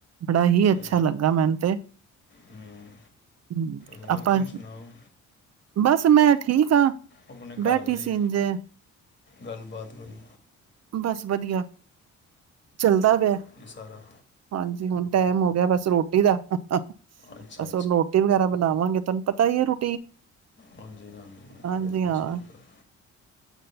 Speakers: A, on the right; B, on the left.
A: ਬੜਾ ਹੀ ਅੱਛਾ
B: ਤੇ,
A: ਲੱਗਾ ਮੈਨ ਤੇ ਹੂੰ,
B: ਹਮ, ਹੋਰ
A: ਆਪਾਂ,
B: ਤੁਸੀਂ ਸੁਣਾਓ
A: ਬਸ ਤੇ ਮੈਂ ਠੀਕ ਹਾਂ।
B: ਆਪਣੇ
A: ਬੈਠੀ
B: ਘਰ ਦੀ
A: ਸੀਨ ਜੇ
B: ਗੱਲਬਾਤ ਕੋਈ
A: ਬਸ ਵਧੀਆ। ਚੱਲ ਦਾ ਪਿਐ।
B: ਕੀ ਸਾਰਾ
A: ਹਾਂਜੀ ਹੁਣ ਟੈਮ ਹੋ ਗਿਆ ਬਸ ਰੋਟੀ ਦਾ। ਬਸ
B: ਅੱਛਾ
A: ਹੁਣ ਰੋਟੀ ਵਗੈਰਾ ਬਣਾਵਾਂਗੇ ਤਾਨੂੰ ਪਤਾ ਈ ਏ ਰੁ
B: ਹਾਂਜੀ-ਹਾਂਜੀ ਹਾਂ
A: ਹਾਂਜੀ
B: ਬਿਲਕੁਲ
A: ਹਾਂ
B: ਸਈ ਗੱਲ।